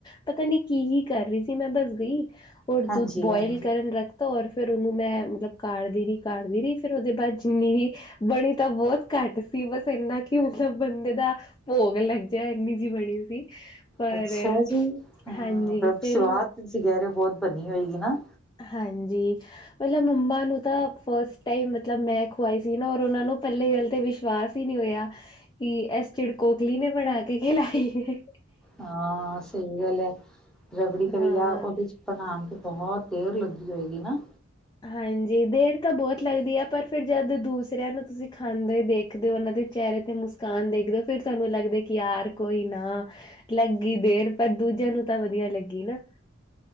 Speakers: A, on the left; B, in the centre.
A: ਪਤਾ ਨੀ ਕੀ ਹੀ ਕਰ ਰਹੀ ਸੀ ਮੈਂ ਬਸ ਗਈ ਹੋਰ
B: ਹਾਂਜੀ
A: ਦੁੱਧ ਬੋਇਲ
B: ਹਾਂਜੀ
A: ਕਰਨ ਰੱਖ ਤਾਂ ਔਰ ਫਿਰ ਉਹਨੂੰ ਮੈਂ ਮਤਲਬ ਕਰਦੀ ਰਹੀ ਕਰਦੀ ਰਹੀ ਫਿਰ ਉਹਦੇ ਬਾਅਦ ਜਿੰਨੀ ਵੀ ਬਣੀ ਤਾਂ ਬਹੁਤ ਘੱਟ ਸੀ ਬਸ ਇੰਨਾ ਕਿ ਮਤਲਬ ਬੰਦੇ ਦਾ ਭੋਗ ਲੱਗ ਜਾਏ ਇੰਨੀ ਜੀ ਬਣੀ ਸੀ। ਪਰ
B: ਅੱਛਾ ਜੀ, ਹਾਂ
A: ਹਾਂਜੀ ਫਿਰ
B: ਸਵਾਦ
A: ਉਹ
B: ਤੁਸੀ ਕੇਹ ਰੇਓ ਬਓਤ ਬਨੀ ਹੋਈਏ, ਹੈਨਾ।
A: ਹੰਜੀ। ਮਤਲਬ ਮੰਮਾ ਨੂੰ ਤਾਂ ਫਸਟ ਟਾਈਮ ਮਤਲਬ ਮੈਂ ਖੁਵਾਈ ਸੀ ਨਾ ਔਰ ਓਨਾ ਨੂੰ ਪੈੱਲੀ ਗੱਲ ਤੇ ਵਿਸ਼ਵਾਸ ਵੀ ਨੀ ਹੋਯਾ ਕਿ ਐਸ ਚਿੜਕੋਖਲੀ ਨੇ ਬਣਾ ਕੇ ਖਿਲਾਈ ਏ।
B: ਹਾਂ ਸਈ ਗਲ ਏ, ਰਬੜੀ ਕਵੀਆ
A: ਹਾਂ
B: ਓਦੇ ਚ ਬਣਾਣ ਤੇ ਬਹੋਤ ਦੇਰ ਲੱਗਦੀ ਹੋਏਗੀ ਨਾ?
A: ਹਾਂਜੀ, ਦੇਰ ਤਾਂ ਬੋਹਤ ਲੱਗਦੀ ਏ ਪਰ ਫਿਰ ਜਦ ਦੂਸਰਿਆਂ ਨੂੰ ਤੁਸੀਂ ਖਾਂਦੇ ਹੋਏ ਦੇਖ ਦੇਖਦੇਔ ਉਨ੍ਹਾਂ ਦੇ ਚਿਹਰੇ ਤੇ ਮੁਸਕਾਨ ਦੇਖਦੇਓ ਫਿਰ ਤਾਨੂੰ ਲੱਗਦਾ ਕਿ ਯਾਰ ਕੋਈ ਨਾ ਲੱਗੀ ਗਈ ਦੇਰ ਪਰ ਦੂਜਿਆਂ ਨੂੰ ਤਾਂ ਵਦੀਆ ਲੱਗੀ ਨਾ।